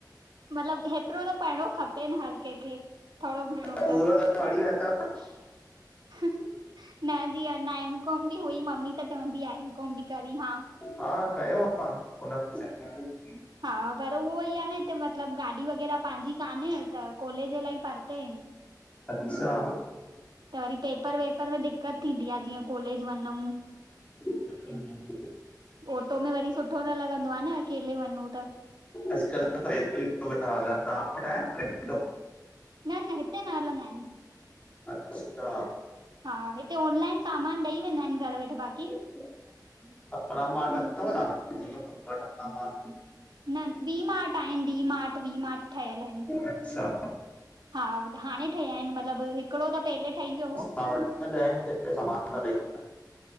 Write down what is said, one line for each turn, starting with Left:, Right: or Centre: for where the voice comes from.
Right: मतलब हेतिरो त पढणो खपे न हर कंहिंखे थोरो घणो
Left: पूरो
Right: त।
Left: पढ़ी वतो
Right: -- हनह न जीअं हिन एम कॉम बि हुई मम्मी त चवंदी आहे एम कॉम बि करी हा।
Left: हा, कयो आह हुन मे। <inaudible>
Right: हा पर उहो हीअ आहे न हिते मतलब गाॾी वग़ैरह पंहिंजी कान्हे त कोलेज अलाही परते आहिन। <inaudible>
Left: अच्छा।
Right: त वरी पेपर वेपर में दिक्कत थींदी आ जीअं कॉलेज वञूं।
Left: <inaudible>
Right: ओटो में वरी सुठो न लॻंदो आ न अकेले वञूं। त
Left: अॼुकल त रेपिडो वठा हलन तां वठ आएं रेपिडो।
Right: न न हिते न हलंदा आहिन।
Left: अच्छा
Right: हा हिते ऑनलाइन सामान ॾेई वेंदा आहिन घर वेठे बाक़ी।
Left: <inaudible>
Right: न वी मार्ट आहिन डी मार्ट वी मार्ट ठहयल आहिन।
Left: अच्छा।
Right: हा हाणे ठहिया आहिन मतलब हिकिड़ो त पेहेले ठही वियो हो।
Left: हां अचन ता ॾह मिनट में सामान थाॾेई वञन।